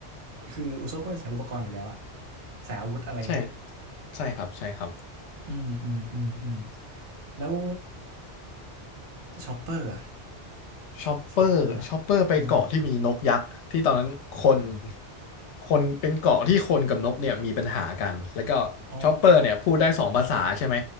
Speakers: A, on the right; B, on the left.
A: คืออุซบก็เป็นสายอุปกรณ์อยู่แล้วอะสายอาวุธอะไรเงี้ย
B: ใช่ใช่ครับใช่ครับ
A: อืมอืมอืมอืมแล้วชอปเปอร์อะ
B: ชอปเปอร์ชอปเปอร์ไปเกาะที่มีนกยักษ์ที่ตอนนั้นคน
A: ชอปเปอร์ล่ะอ่า
B: คนเป็นเกาะที่คนกับนกเนี่ยมีปัญหากันแล้วก็ชอปเปอร์เนี่ยพูดได้สองภาษาใช่ไหม
A: อ๋อ